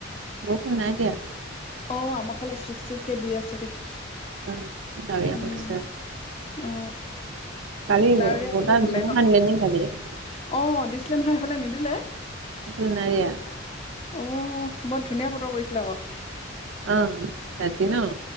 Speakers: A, on the right; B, on the left.
A: বৰষুণ নাই দিয়া।
B: অ, আমাৰ ফালে চিপ-চিপ কে দি আছে দেই।
A: অ, ডাৱৰীয়া
B: উম
A: কৰি থৈছে।
B: অ
A: কালি
B: ডাৱৰীয়া
A: বতাহ-
B: কৰিলেও ভাল
A: ধুমুহা
B: লাগে ন
A: <unintelligible>
B: অ, দিছিলে নহয় সেইফালে নিদিলে?
A: এইফালে নাই দিয়া
B: অ, বৰ ধুনীয়া বতৰ পৰিছিলে আকৌ।
A: অ' ৰাতি ন'